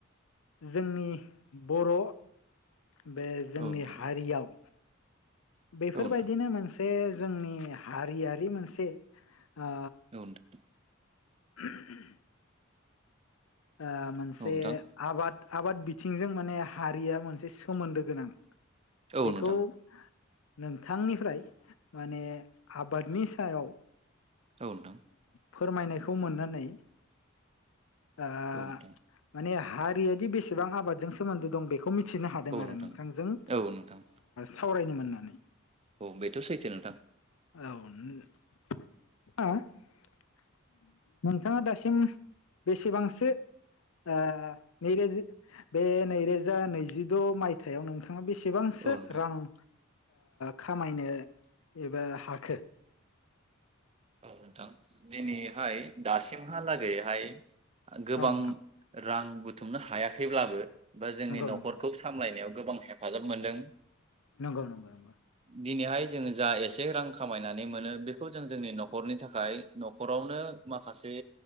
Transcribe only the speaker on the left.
जोंनि बर' बे जोंनि
हारियाव बेफोरबायदिनो
मोनसे जोंनि हारियारि मोनसे ओ
<inaudible> ओ मोनसे
आबाद आबाद बिथिंजों माने हारिया मोनसे सोमोन्दो गोनां
बेखौ
नोंथांनिफ्राय माने आबादनि सायाव ओ
फोरमायनायखौ मोननानै ओ
माने हारि दैयादि बेसेबां आबादजों सोमोन्दो दं बेखौ मिथि थिनो हादों आरो
नोंथांजों
सावरायनो मोनना <unintelligible>
औ <unintelligible> नोंथाङा दासिम बेसेबांसो ओ नैरो बे नैरोजा नैजिद' मायथाइयाव नोंथाङा आ बेसेबांसो
रां ओ खामायनो एबा हाखो
औ नोंथां
नंगौ
नोंथां
नंगौ नंगौ नंगौ